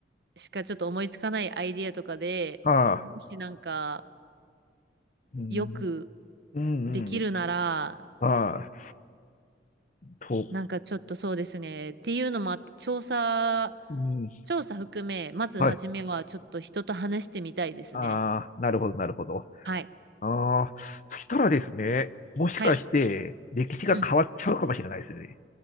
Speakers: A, on the right; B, on the left.
A: しかちょっと思いつかないアイディアとかで、
B: はあ。
A: もしなんか
B: うん。
A: よく
B: うん。
A: できるなら、
B: うん。ああ。と。
A: なんかちょっとそうですね。っていうのもあって、調査、
B: うん。
A: 調査含め、まず初めはちょっと人と話してみたいですね。
B: はい。ああ。なるほど、なるほど。
A: はい。
B: ああ。そしたらですね、もしかして、
A: はい。
B: 歴史が変わっちゃうかもしれないですね。
A: うん。